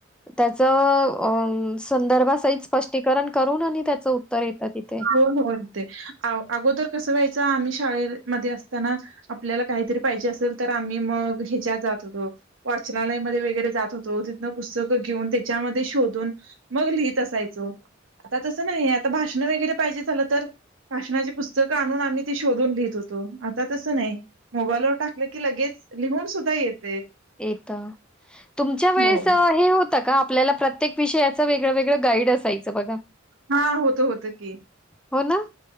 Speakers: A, in the centre; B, on the right.
A: त्याच अ संदर्भ सहित स्पष्टीकरण करून आणि त्याचं उत्तर येतं तिथे
B: हो हो येते. अ अगोदर कसं व्हायचं आम्ही शाळेमध्ये असताना आपल्याला काहीतरी पाहिजे असेल तर आम्ही मग ह्याच्यात जात होतो वाचनालय म वगैरे जात होतो तिथन पुस्तकं घेऊन त्याच्यामध्ये शोधून मग लिहित असायचो आता तसं नाही आहे, आता भाषण वगैरे पाहिजे झालं तर भाषणाचे पुस्तकं आणून आम्ही ती शोधून लिहित होतो आता तसं नाही मोबाईलवर टाकलं की लगेच लिहून सुद्धा येत
A: येत तुमच्या वेळेस
B: हो.
A: हे होत. होत का आपल्याला प्रत्येक विषय. वेगळं गाईड असायचं बघा.
B: हा होतं होतं की
A: हो ना.